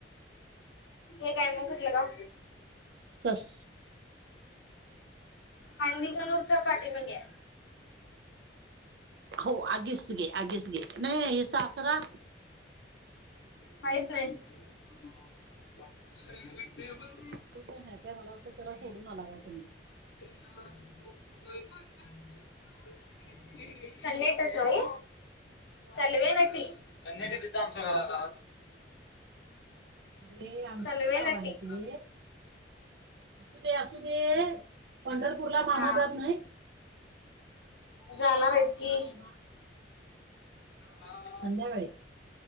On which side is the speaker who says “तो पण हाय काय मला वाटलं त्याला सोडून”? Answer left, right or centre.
Right